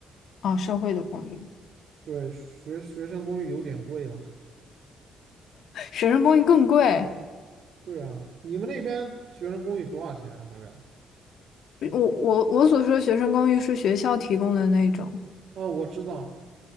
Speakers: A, on the left; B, on the right.
A: 啊，社会的公寓，
B: 对，学学生公寓有点贵了。
A: 学生公寓更贵。
B: 对啊，你们那边学生公寓多少钱啊？大概？
A: 我我我所说的学生公寓是学校提供的那种，
B: 哦，我知道，